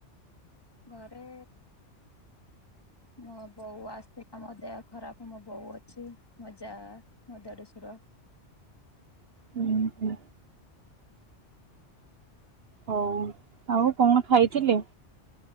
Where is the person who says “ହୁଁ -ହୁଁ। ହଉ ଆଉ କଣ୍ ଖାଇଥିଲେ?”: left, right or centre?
Right